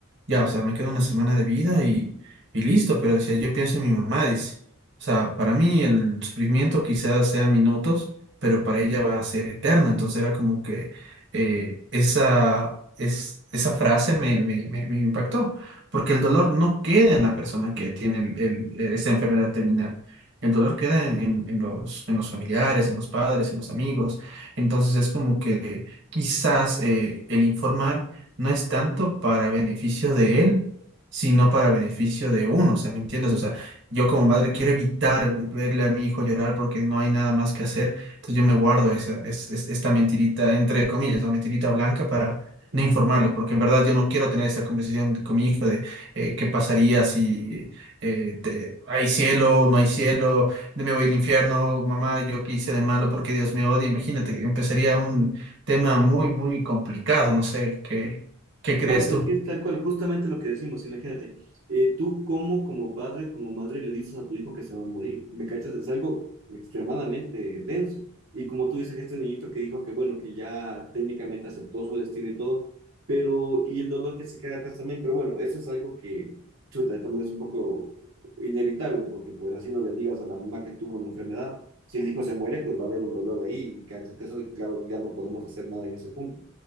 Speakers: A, on the right; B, on the right.
A: ya, o sea, me queda una semana de vida y, y listo, pero decía, yo pienso en mi mamá, dice. O sea, para mí el sufrimiento quizás sea minutos, pero para ella va a ser eterno. Entonces era como que eh, esa, es, esa frase me, me, me, me impactó, porque el dolor no queda en la persona que tiene el, el- esta enfermedad terminal. El dolor queda en, en en los, en los familiares, en los padres, en los amigos. Entonces es como que quizás eh, el informar no es tanto para beneficio de él, sino para beneficio de uno, o sea, ¿me entiendes? O sea, yo como madre quiero evitar verle a mi hijo llorar porque no hay nada más que hacer, entonces yo me guardo esa, es, es- esta mentirita, entre comillas, la mentirita blanca para
B: ujú.
A: no informarle, porque en verdad yo no quiero tener esta conversación con mi hijo de eh, qué pasaría si eh, te- hay cielo, no hay cielo, me voy al infierno, mamá, yo qué hice de malo porque Dios me odia, imagínate, empezaría un, tema muy, muy complicado. No sé, ¿qué, qué crees
B: Claro, es
A: tú?
B: que es tal cual, justamente lo que decimos, imagínate, eh, tú como, como padre, como madre le dices a tu hijo que se va a morir, ¿me cachas? Es algo extremadamente denso. Y como tú dices, este niñito que dijo que bueno, que ya técnicamente aceptó su destino y todo, pero, y el dolor que se queda atrás también, pero bueno, eso es algo que, chuta, también es un poco inevitable, porque pues así no le digas a la mamá que tuvo una enfermedad, si el hijo se muere, pues va a haber un dolor ahí, ¿cachas? Que eso, claro, ya no podemos hacer nada en ese punto.